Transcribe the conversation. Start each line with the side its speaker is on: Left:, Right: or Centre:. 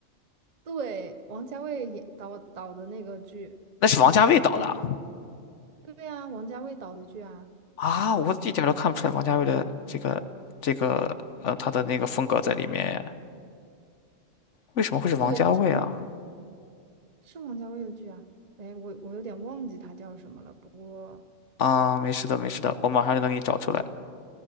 Right: 对，王家卫演导导的那个剧，
Left: 那是王家卫导的。
Right: 天呐，对啊，王家卫导的剧啊，
Left: 啊，我一点儿都看不出来王家卫的这个这个呃他的那个风格在里面耶，为什么会是王家卫啊？
Right: 对，这是王家卫的剧啊，哎，我我有点忘记他叫什么了。不过，
Left: 啊，没事的，没事的，我马上就能给你找出来，